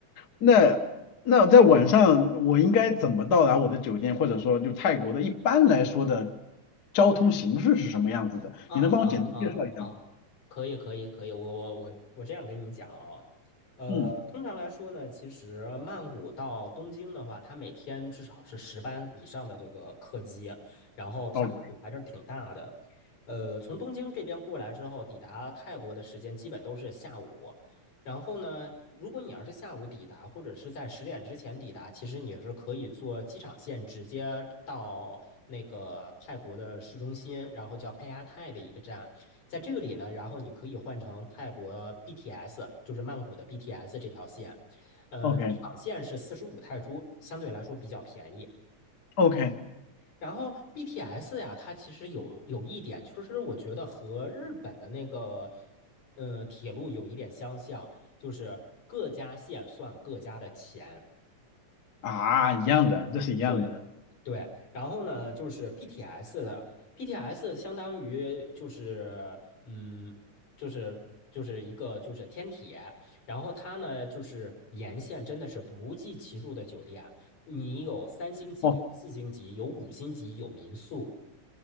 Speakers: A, on the left; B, on the left.
A: 那那在晚上我应该怎么到达我的酒店，或者说就泰国的一般来说的交通形式是什么样子的？
B: 嗯嗯嗯嗯，
A: 你能帮我简单介绍一下吗？
B: 可以可以可以，我我我我这样跟你讲啊，呃，
A: 嗯
B: 通常来说呢，其实曼谷到东京的话，它每天至少是十班以上的这个客机，然后它密度还是挺大的，
A: ，OK
B: 呃，从东京这边过来之后，抵达泰国的时间基本都是下午。然后呢，如果你要是下午抵达，或者是在十点之前抵达，其实你是可以坐机场线直接到那个泰国的市中心，然后叫佩阿泰的一个站。在这个里呢，然后你可以换成泰国 BTS，就是曼谷的 BTS 这条线。呃，
A: OK
B: 机场线是四十五泰铢，相对来说比较便宜。
A: OK
B: 然后 BTS 呀，它其实有有一点，就是我觉得和日本的那个，呃，铁路有一点相像，就是各家线算各家的钱。
A: 啊，一样的，这是一样的。
B: 对对，然后呢，就是 BTS 的 BTS 相当于就是嗯，就是就是一个就是天铁，然后它呢就是沿线真的是不计其数的酒店，你有三星级，
A: 哦
B: 有四星级，有五星级，有民宿。